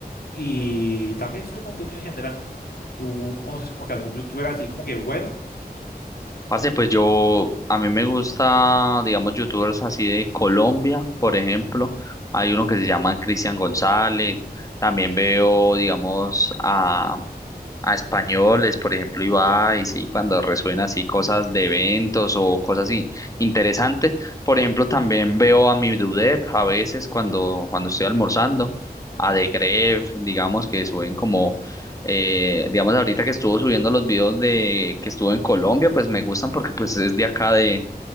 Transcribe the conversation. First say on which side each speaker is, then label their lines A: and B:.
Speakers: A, on the left; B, on the left.
A: y también sube contenido en general. ¿Tú conoces como que algún youtuber así como que bueno?
B: Parce, pues yo, a mí me gusta, digamos, youtubers así de Colombia, por ejemplo. Hay uno que se llama Cristian González. También veo, digamos, a, a españoles, por ejemplo, Ibai, sí, cuando resuenan así cosas de eventos o cosas in- interesantes. Por ejemplo, también veo a mi Dudep a veces cuando, cuando estoy almorzando, a The Gref, digamos, que suben como eh, digamos, ahorita que estuvo subiendo los videos de que estuvo en Colombia, pues me gustan porque pues es de acá de,